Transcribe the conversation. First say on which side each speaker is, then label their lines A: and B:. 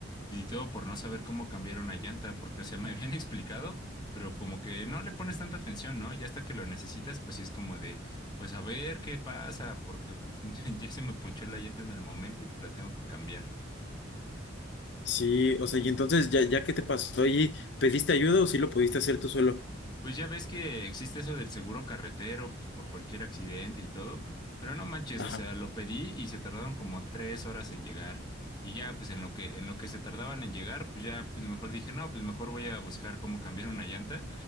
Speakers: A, on the left; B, on the left.
A: y todo por no saber cómo cambiar una llanta, porque, o sea, <laughs> me habían explicado, pero como que no le pones tanta atención, ¿no? Ya hasta que lo necesitas, pues sí es como de, pues a ver qué pasa, porque pues, <laughs> ya se me ponchó la llanta en el momento y la tengo que cambiar.
B: Sí, o sea, y entonces ya, ya que te pasó ahí, ¿pediste ayuda o sí lo pudiste hacer tú solo?
A: Pues ya ves que existe eso del seguro carretero, pues, por cualquier accidente y todo, pero no manches,
B: Ajá.
A: o sea, lo pedí y se tardaron como tres horas en llegar. Y ya, pues en lo que, en lo que se tardaban en llegar, pues ya, pues mejor dije, no, pues mejor voy a buscar cómo cambiar una llanta.